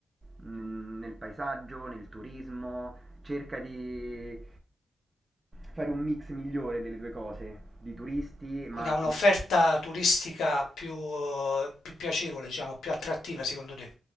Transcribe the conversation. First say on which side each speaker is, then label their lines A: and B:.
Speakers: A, on the right (about 25°); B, on the left (about 85°).
A: n- nel paesaggio, nel turismo, cerca di fare un mix migliore delle due cose, di turisti, ma
B: Quindi ha un'offerta turistica più, eh, più piacevole, diciamo, più attrattiva secondo te?